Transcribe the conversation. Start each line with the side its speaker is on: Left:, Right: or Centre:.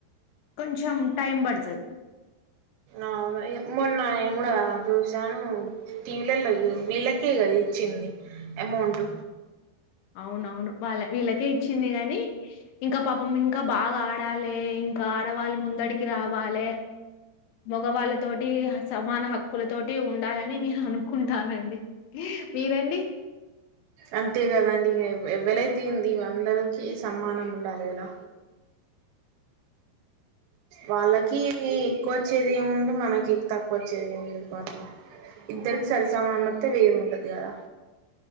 Left: కొంచెం టైం పడుతది
Right: అవును మొన్న నేను కూడా చూసాను టీవీలల వీళ్ళకే కదా ఇచ్చింది అమౌంట్
Left: అవునవును వాళ్ళ వీళ్ళకే ఇచ్చింది కగాని ఇంకా పాపం ఇంకా బాగా ఆడాలి ఇంకా ఆడవాళ్ళ ముందడికి రావాలి మగవాళ్ళతోటి ఆ సబ్ మానవ హక్కులతోటి ఉండాలని నేను అనుకుంటానండి మీరండి
Right: అంతే కదండి ఇక ఎవలేతేంది అందరికిీ సమానం ఉండాలి కదా వాళ్ళకి ఎక్కువ వచ్చేది ఏముంది మనకి తక్కువ వచ్చేది ఏముంది అట్లా ఇద్దరికి సరిసమానం వస్తే వేరు ఉంటది కదా